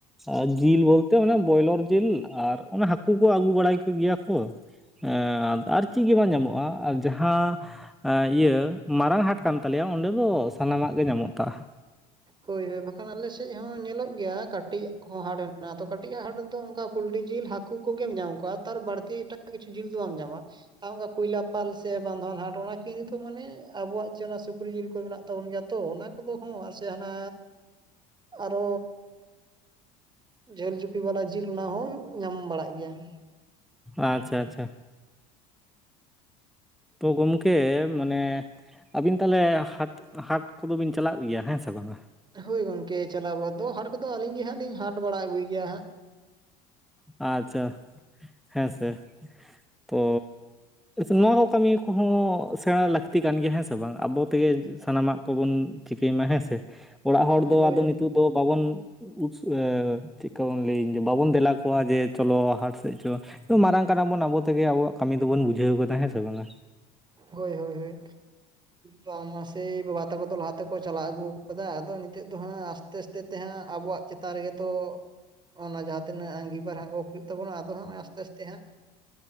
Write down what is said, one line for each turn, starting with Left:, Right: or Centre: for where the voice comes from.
Centre: ᱟᱨ ᱡᱤᱞ ᱵᱚᱞᱛᱮ ᱚᱱᱮ ᱵᱚᱭᱞᱚᱨ ᱡᱤᱞ ᱟᱨ ᱚᱱᱟ ᱦᱟᱠᱩ ᱠᱚ ᱟᱹᱜᱩ ᱵᱟᱲᱟᱭ ᱠᱚᱜᱮᱭᱟ ᱠᱚ᱾ ᱮᱸ ᱟᱨ ᱪᱤᱜ ᱜᱮ ᱵᱟᱝ ᱧᱟᱢᱚᱜ-ᱟ ᱟᱨ ᱡᱟᱦᱟᱼᱼ ᱟ ᱤᱭᱟᱹ ᱢᱟᱨᱟᱝ ᱦᱟᱴ ᱠᱟᱱ ᱛᱟᱞᱮᱭᱟ ᱚᱸᱰᱮ ᱫᱚ ᱥᱟᱱᱟᱢᱟᱜ ᱜᱮ ᱧᱟᱢᱚᱜ ᱛᱟᱼᱼ
Right: ᱦᱳᱭ ᱦᱳᱭ ᱵᱟᱠᱷᱟᱱ ᱟᱞᱮ ᱥᱮᱡ ᱦᱚᱸ ᱧᱮᱞᱚᱜ ᱜᱮᱭᱟ ᱠᱟᱴᱤᱡ ᱟᱜ ᱦᱚᱸ ᱦᱟᱴ ᱢᱮᱱᱟᱜ-ᱟ ᱛᱚ ᱠᱟᱴᱤᱡ ᱟᱜ ᱦᱟᱴ ᱫᱚᱼᱼ ᱚᱱᱠᱟ ᱯᱩᱞᱴᱤ ᱡᱤᱞ ᱦᱟᱹᱠᱩ ᱠᱚ ᱜᱮᱢ ᱧᱟᱢ ᱠᱚᱣᱟ ᱛᱟᱨ ᱵᱟᱲᱛᱤ ᱮᱴᱟᱜ ᱠᱤᱪᱷᱩ ᱡᱤᱞ ᱫᱚ ᱵᱟᱢ ᱧᱟᱢᱟ᱾ ᱟᱨ ᱚᱱᱠᱟ ᱠᱩᱭᱞᱟᱹᱯᱟᱞ ᱥᱮ ᱵᱟᱱᱫᱷᱣᱟᱱ ᱦᱟᱴ ᱚᱱᱟ ᱠᱤᱱ ᱨᱮᱫᱚ ᱢᱟᱱᱮ ᱟᱵᱚᱣᱟᱜ ᱡᱮ ᱚᱱᱟ ᱥᱩᱠᱨᱤ ᱡᱤᱞ ᱠᱚ ᱢᱮᱱᱟᱜᱼᱼ ᱛᱟᱵᱚᱱ ᱜᱮᱭᱟ ᱛᱚ ᱚᱱᱟ ᱠᱚᱫᱚ ᱦᱚᱸ ᱟᱨ ᱥᱮ ᱦᱟᱱᱟ ᱟᱨᱚᱻ ᱡᱷᱟᱹᱞ ᱡᱩᱯᱤ ᱵᱟᱞᱟ ᱡᱤᱞ ᱚᱱᱟ ᱦᱚᱸ ᱧᱟᱢ ᱵᱟᱲᱟᱜ ᱜᱮᱭᱟ ᱾
Centre: ᱟᱪᱪᱷᱟ ᱟᱪᱪᱷᱟ᱾ ᱛᱚ ᱜᱚᱢᱠᱮ ᱢᱟᱱᱮ ᱼᱼ ᱟᱵᱤᱱ ᱛᱟᱦᱚᱞᱮ ᱦᱟᱴ ᱦᱟᱴ ᱠᱚᱫᱚ ᱵᱤᱱ ᱪᱟᱞᱟᱜ ᱜᱮᱭᱟ ᱦᱮᱸ ᱥᱮ ᱵᱟᱝᱟ?
Right: ᱦᱳᱭ ᱜᱚᱝᱠᱮ ᱪᱟᱞᱟᱣ ᱵᱟ ᱫᱚ ᱦᱟᱴ ᱠᱚᱫᱚ ᱟᱹᱞᱤᱧ ᱜᱮ ᱦᱟᱸᱜ ᱞᱤᱧ ᱦᱟᱴ ᱵᱟᱲᱟ ᱟᱹᱜᱩᱭ ᱜᱮᱭᱟ ᱦᱟᱸᱜ᱾
Centre: ᱟᱪᱪᱷᱟ ᱦᱮᱸ ᱥᱮ, ᱛᱚᱻ ᱱᱚᱶᱟ ᱠᱚ ᱠᱟᱢᱤ ᱠᱚᱦᱚᱸ ᱥᱮᱬᱟ ᱞᱟᱠᱛᱤ ᱠᱟᱱ ᱜᱮᱭᱟ ᱦᱮᱸ ᱥᱮ ᱵᱟᱝ ᱟᱵᱚ ᱛᱮᱜᱮ ᱼᱼ ᱥᱟᱱᱟᱢᱟᱜ ᱠᱚ ᱵᱚᱱ ᱪᱤᱠᱟᱹᱭ ᱢᱟ ᱦᱮᱸᱥᱮ᱾ ᱚᱲᱟᱜ ᱦᱚᱲ
Right: ᱦᱟᱸᱜ
Centre: ᱫᱚ
Right: ᱦᱳᱭ
Centre: ᱟᱫᱚ
Right: ᱦᱳᱭ
Centre: ᱱᱤᱛᱩᱜ ᱫᱚ ᱵᱟᱵᱚᱱ ᱩᱫᱥ ᱮ ᱪᱮᱫ ᱠᱟ ᱵᱚᱱ ᱞᱟᱹᱭᱟᱹᱧ ᱡᱮ ᱵᱟᱵᱚᱱ ᱫᱮᱞᱟ ᱠᱚᱼᱼ ᱠᱚᱣᱟ ᱡᱮ ᱪᱚᱞᱚ ᱦᱟᱴ ᱥᱮᱜ ᱪᱚ ᱢᱟᱨᱟᱝ ᱠᱟᱱᱟ ᱵᱚᱱ ᱟᱵᱚ ᱛᱮᱜᱮ ᱟᱵᱚᱣᱟᱜ ᱠᱟᱢᱤ ᱫᱚᱵᱚᱱ ᱵᱩᱡᱷᱟᱹᱣ ᱜᱚᱫᱟ ᱦᱮᱸ ᱥᱮ ᱵᱟᱝᱟ᱾
Right: ᱦᱳᱭ ᱦᱳᱭ ᱦᱳᱭ ᱵᱟ ᱢᱟᱥᱮ ᱵᱟᱵᱟ ᱛᱟᱠᱚ ᱫᱚ ᱞᱟᱦᱟ ᱛᱮᱼᱼ ᱠᱚ ᱪᱟᱞᱟᱣ ᱟᱜᱩ ᱠᱟᱫᱟ ᱟᱫᱚ ᱱᱤᱛᱚᱜ ᱫᱚ ᱦᱟᱸᱜ ᱟᱥᱛᱮ ᱟᱥᱛᱮ ᱛᱮ ᱦᱟᱸᱜ ᱟᱵᱚᱣᱟᱜ ᱪᱮᱛᱟᱱ ᱨᱮᱜᱮ ᱛᱚᱼᱼ ᱚᱱᱟ ᱡᱟᱦᱟᱸ ᱛᱤᱱᱟᱹᱜ ᱟᱺᱜᱤ‌ᱵᱷᱟᱨ ᱜᱚᱜ ᱠᱚ ᱦᱩᱭᱩᱜ ᱛᱟᱵᱚᱱᱟ ᱟᱫᱚ ᱦᱟᱸᱜ ᱟᱥᱛᱮ ᱟᱥᱛᱮ ᱦᱟᱸᱜ ᱼᱼ